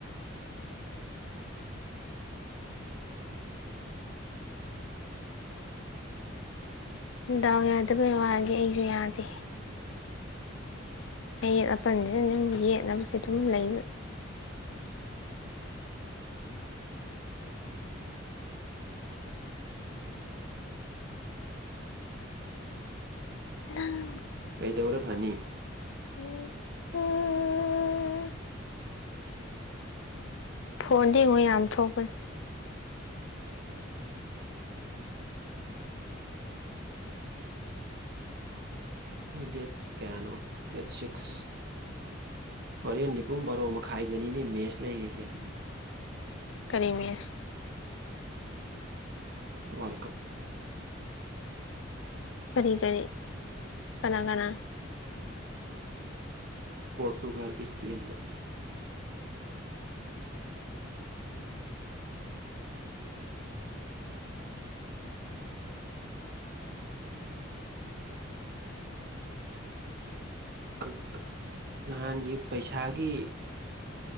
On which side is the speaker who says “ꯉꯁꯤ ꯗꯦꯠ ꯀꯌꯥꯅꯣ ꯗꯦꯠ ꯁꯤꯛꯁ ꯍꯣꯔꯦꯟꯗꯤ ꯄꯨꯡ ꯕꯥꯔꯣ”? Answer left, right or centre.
Right